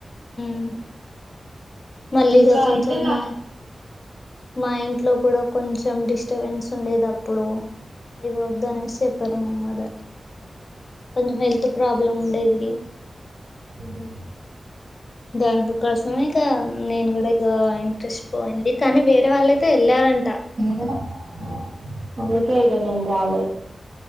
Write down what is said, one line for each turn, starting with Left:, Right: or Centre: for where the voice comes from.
Left: మ్ మళ్ళీ
Right: నేను కూడా
Left: గ కొంచెం
Right: అయితే నా
Left: మా మా ఇంట్లో కూడా కొంచెం డిస్టబెన్స్ ఉండేదప్పుడు ఇగ వద్దానేసి చెప్పారు మా మాథర్ కొంచెం హెల్త్ ప్రాబ్లం ఉండేది
Right: అహా
Left: ద్యాందు కోసమే ఇగ నేను కూడా ఇగ ఇంట్రెస్ట్ పోయింది కానీ వేరే వాళ్ళైతే వెళ్ళారంట
Right: అ అందుకే ఇగ నేను రాలే